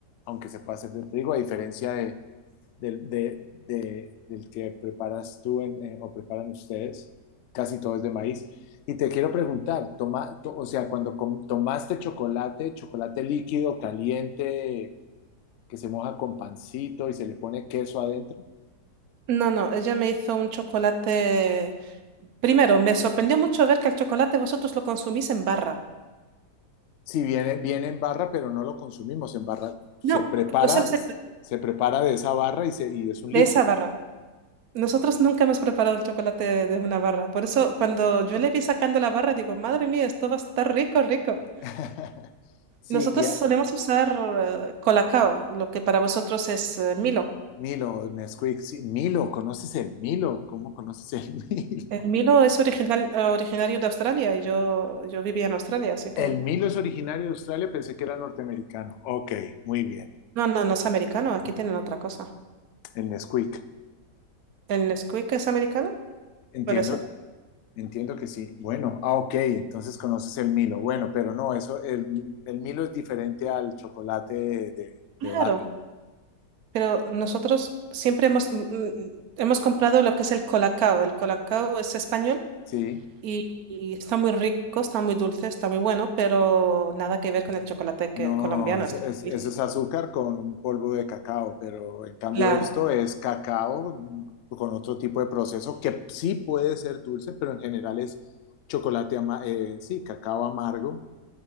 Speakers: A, on the left; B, on the right.
A: aunque se pueda hacer de trigo, a diferencia de, del, de, de, del que preparas tú en, eh, o preparan ustedes, casi todo es de maíz. Y te quiero preguntar, toma, to- o sea, cuando com- tomaste chocolate, chocolate líquido, caliente, que se moja con pancito y se le pone queso adentro,
B: No, no, ella me hizo un chocolate. Primero, me sorprendió mucho ver que el chocolate vosotros lo consumís en barra.
A: si viene, viene en barra, pero no lo consumimos en barra, se
B: No,
A: prepara,
B: lo suele hacer
A: se prepara de esa barra y, se, y es un
B: de
A: líquido.
B: esa barra. Nosotros nunca hemos preparado el chocolate de una barra. Por eso, cuando yo le vi sacando la barra, digo, madre mía, esto va a estar rico, rico.
A: <laughs> Sí,
B: Nosotros
A: y,
B: solemos usar eh, Colacao, lo que para vosotros es eh, Milo.
A: Milo, Nesquik, sí, Milo, ¿conoces el Milo? ¿Cómo conoces el <laughs> Milo?
B: El Milo es original, eh, originario de Australia y yo, yo vivía en Australia, así que...
A: El Milo es originario de Australia, pensé que era norteamericano. Ok, muy bien,
B: No, no, no es americano, aquí tienen otra cosa.
A: el Nesquik.
B: ¿El Nesquik es americano?
A: Entiendo,
B: Puede ser.
A: entiendo que sí. Bueno, ah, ok, entonces conoces el Milo. Bueno, pero no, eso, el, el Milo es diferente al chocolate de, de, de
B: Claro,
A: barra,
B: pero nosotros siempre hemos, mm, mm, hemos comprado lo que es el Colacao. El Colacao es español
A: ¿sí?
B: y, y está muy rico, está muy dulce, está muy bueno, pero nada que ver con el chocolate
A: No,
B: que, colombiano,
A: eso
B: está
A: es,
B: buenísimo.
A: eso es azúcar con un polvo de cacao, pero en cambio
B: Claro.
A: esto es cacao mm, con otro tipo de proceso que sí puede ser dulce, pero en general es chocolate, ama- eh, sí, cacao amargo.